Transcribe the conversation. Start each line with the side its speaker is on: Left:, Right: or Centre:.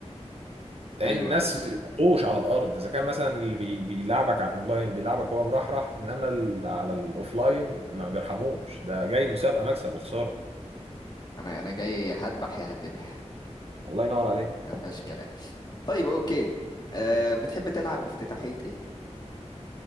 Right: لأن
Left: ايوه
Right: الناس وحوش على الأرض إذا كان مثلا اللي بي- بيلعبك على الأونلاين بيلعبك هو مرحرح إنما ال- على الأوفلاين ما بيرحموش ده جاي مسابقة مكسب وخسارة
Left: انا انا جاي يا هذبح يا هتذبح
Right: الله ينور عليه
Left: ما فيهاش كلام طيب اوكي أه بتحب تلعب بافتتاحية ايه؟